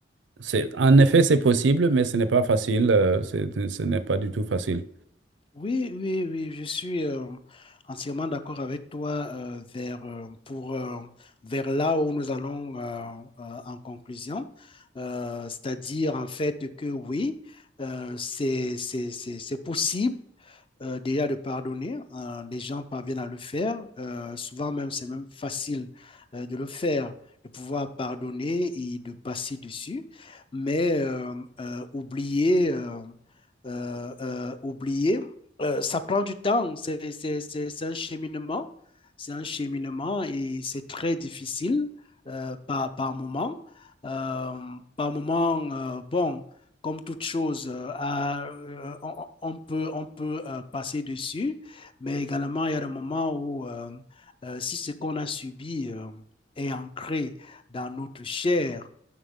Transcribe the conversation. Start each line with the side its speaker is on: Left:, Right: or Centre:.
Right: c'est, en effet, c'est possible, mais ce n'est pas facile. euh, c'est- ce n'est pas du tout facile.
Left: oui, oui, oui, je suis euh, entièrement d'accord avec toi euh, vers, euh, pour, euh, vers là où nous allons euh, euh, en conclusion. Euh, c'est-à-dire en fait que oui, euh, c'est c'est- c'est- c'est possible euh, déjà de pardonner. Euh, les gens parviennent à le faire. Euh, souvent même, c'est même facile euh, de le faire, de pouvoir pardonner et de passer dessus. Mais euh, euh, oublier, euh, euh, euh, oublier, euh, ça prend du temps. C'est c'est- c'est- c'est un cheminement. C'est un cheminement et c'est très difficile euh, par, par moment. Euh, par moment, euh, bon comme toute chose, euh, à, euh, on, on peut, on peut euh, passer dessus, mais également, il y a des moments où, euh, euh, si ce qu'on a subi euh, est ancré dans notre chair